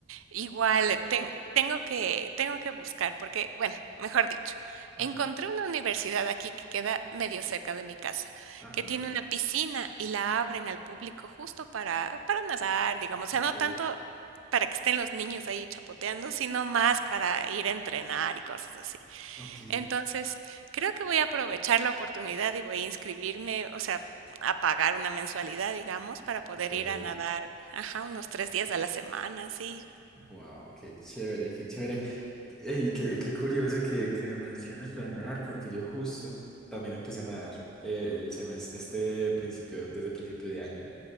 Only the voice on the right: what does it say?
Igual,
ten- tengo que, tengo que buscar, porque, bueno, mejor dicho,
encontré una universidad aquí que queda medio cerca de mi casa,
que tiene una piscina y la abren al público justo para, para nadar, digamos, o
sea, no tanto para que estén los niños ahí chapoteando, sino más para ir a entrenar y cosas así.
Entonces, creo que voy a aprovechar la oportunidad y voy a inscribirme, o sea, a pagar una mensualidad, digamos, para poder
ir a nadar, ajá, unos tres días a la semana, sí